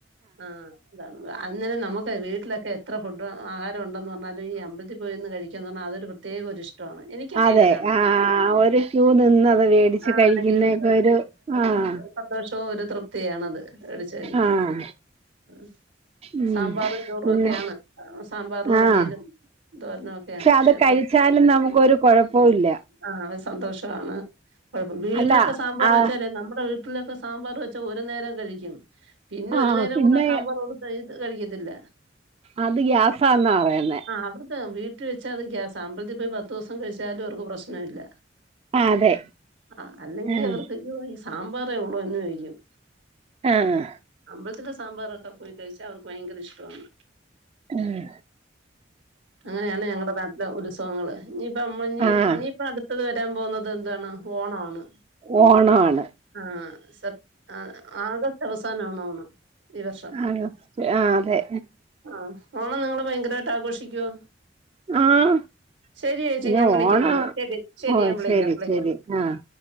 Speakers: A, on the right; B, on the right.
A: ആഹ് ന്താന്ന് അങ്ങനെ നമുക്ക് വീട്ടിലൊക്കെ എത്ര ഫുഡ് ആഹാരം ഉണ്ടെന്ന് പറഞ്ഞാലും ഈ അമ്പല്ത്തി <unintelligible> പോന്ന് കഴിക്ക അതൊരു പ്രത്യക ഇഷ് എനിക്കൊക്കെ
B: അതെ
A: എങ്ങനെയാണ്
B: ആഹ് ഒരു ക്യൂ നിന്നത് മേടിച്ച്
A: ആഹ്
B: കഴിക്കുന്നതൊക്കെ
A: <unintelligible>
B: ഒരു ആഹ്
A: സന്തോഷവും ഒരു തൃപ്തിയണ അത് എടിച്ചരിക്കുന്നത്
B: ആഹ്
A: ആഹ്
B: ഉം
A: സാമ്പാറും ചോറും
B: പിന്നെ
A: ഒക്കെയാണ് ആഹ് സാമ്പാറും
B: ആഹ്
A: അവിയലും ദോരണൊക്കെയാണ് പക്ഷെ
B: അത് കഴിച്ചാലും നമുക്കൊരു കുഴപ്പവുമില്ല
A: <unintelligible> ആഹ് സന്തോഷാണ് കുഴപ്പം വീട്ടിലൊക്കെ
B: അല്ല
A: സാമ്പാർ
B: ആ
A: വെച്ചാലേ നമ്മുടെ വീട്ടിലൊക്കെ സാമ്പാർ വെച്ചാ ഒരു നേരം കഴിക്കും. പിന്നെ
B: ആഹ്
A: ഒരു നേരം
B: പിന്നെ
A: കൂടെ ആ സാമ്പാർ <unintelligible> കഴിക്കത്തില്ല
B: അത് ഗ്യാസന്നാ പറയുന്നേ
A: അവർക്ക് ആഹ് വീട്ടിൽ വെച്ചാ അത് ഗ്യാസ ആമ്പലത്തി പോയി പത്ത് ദിവസം കഴിച്ചാലും അവർക്ക് പ്രശ്നം ഇല്ല
B: ആഹ് അതെ
A: ആഹ് അല്ലെങ്കി
B: ആഹ്
A: അവർക്ക് ഈ സാമ്പാറേ ഉള്ളു എന്ന് ചോയ്ക്കും
B: ആഹ്
A: അമ്പലത്തി സാമ്പാറൊക്കെ പോയി കഴിച്ചാ അവർക്ക് ഭയങ്കര ഇഷ്ട്ടാണ്
B: ഉമ്
A: അങ്ങനെയാണ് ഞങ്ങളുടെ നാട്ടിലെ ഉത്സവങ്ങങ്ങള്. ഇനിയിപ്പ അമ്മ ഞ്
B: ആഹ്
A: ഇഞ് ഇപ്പ അടുത്തത് വരാൻ പോകുന്നത് എന്താണ് ഓണമാണ്
B: ഓണാണ്
A: ആഹ് സത് ആഹ് ആഗസ്റ്റ് അവസാന ആണ ആണം ഈ വർഷം
B: ആഗസ്റ്റ് ആഹ് അതെ
A: ആഹ് ഓൺ വന്ന നിങ്ങള് ഭയങ്കരാട്ട് ആഘോഷിക്ക്യോ
B: ആഹ്
A: ശരിയേച്ചി
B: പിന്നെ
A: ഞാൻ വിളിക്കുന്നുണ്ട്
B: ഓണം
A: ശരി ശരി
B: ഓ
A: ഞാൻ വിളിക്കാം വിളിക്കാം
B: ശരി ആഹ്